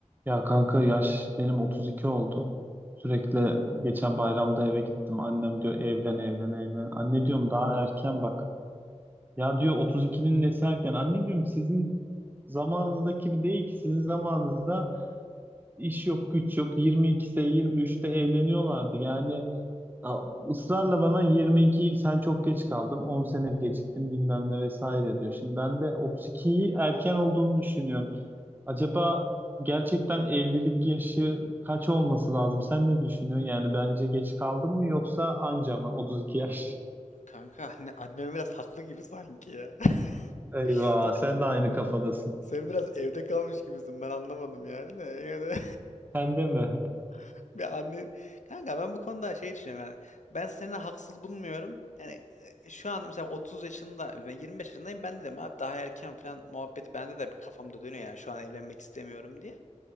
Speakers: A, on the right; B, on the left.
A: Ya kanka yaş benim 32 oldu. Sürekli geçen bayramda eve gittim. Annem diyor evlen evlen evlen. Anne diyorum daha erken bak. Ya diyor 32'nin nesi erken. Anne diyorum sizin zamanınızdaki bir değil ki. Sizin zamanınızda iş yok güç yok. 22'de 23'te evleniyorlardı. Yani a- ısrarla bana 22 sen çok geç kaldın. 10 sene geciktin bilmem ne vesaire diyor. Şimdi ben de 32'yi erken olduğunu düşünüyorum. Acaba gerçekten evlilik yaşı kaç olması lazım? Sen ne düşünüyorsun? Yani bence geç kaldım mı yoksa anca mı? 32 yaş.
B: Kanka anne, annem biraz haklı gibi sanki ya. <laughs>
A: Eyvah,
B: Sen,
A: sen de aynı kafadasın.
B: sen biraz evde kalmış gibisin. Ben anlamadım yani de. Yine de
A: Sen de mi?
B: <laughs> bir annen... Kanka ben bu konuda şey düşünüyorum yani. Ben seni haksız bulmuyorum. Yani e, şu anda mesela 30 yaşında, ben 25 yaşındayım. Ben de dedim abi daha erken falan muhabbeti bende de bir kafamda dönüyor yani şu an evlenmek istemiyorum diye.